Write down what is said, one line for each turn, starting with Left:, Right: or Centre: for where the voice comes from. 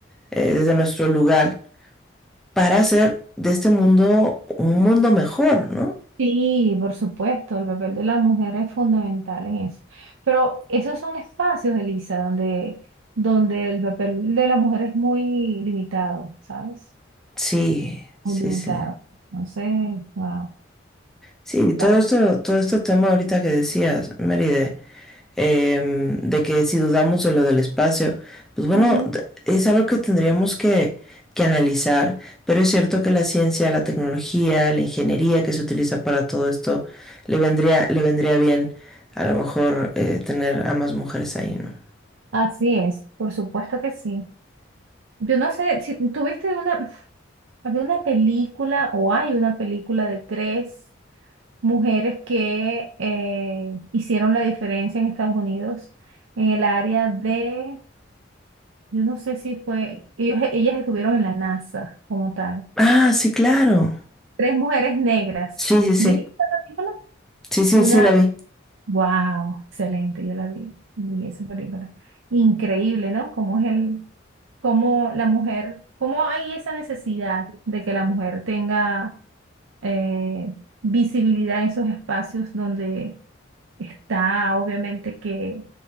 Centre: eh, desde nuestro lugar para hacer de este mundo un mundo mejor, ¿no?
Right: Sí, por supuesto, el papel de la mujer es fundamental en eso. Pero esos son espacios, Elisa, donde, donde el papel de la mujer es muy limitado, ¿sabes?
Centre: Sí,
Right: Muy
Centre: sí,
Right: limitado.
Centre: sí.
Right: Entonces, wow,
Centre: Sí, todo
Right: claro.
Centre: esto, todo este tema ahorita que decías, Mary, de em, de que si dudamos de lo del espacio, pues bueno,
Right: Ujú,
Centre: es algo que tendríamos que, que analizar, pero es cierto que la ciencia, la tecnología, la ingeniería que se utiliza para todo esto, le vendría, le vendría bien a lo mejor eh, tener a más mujeres ahí, ¿no?
Right: Así es, por supuesto que sí. Yo no sé si tuviste una, <laughs> había una película o hay una película de tres mujeres que eh, hicieron la diferencia en Estados Unidos en el área de Yo no sé si fue, ellos, ellas estuvieron en la NASA como tal.
Centre: Ah, sí, claro.
Right: Tres mujeres negras.
Centre: Sí, sí, sí.
Right: ¿Viste esa película?
Centre: Sí, sí,
Right: Una,
Centre: sí, la vi.
Right: wow, excelente, yo la vi, vi esa película. Increíble, ¿no? Cómo es el, cómo la mujer, cómo hay esa necesidad de que la mujer tenga eh, visibilidad en esos espacios donde Está obviamente que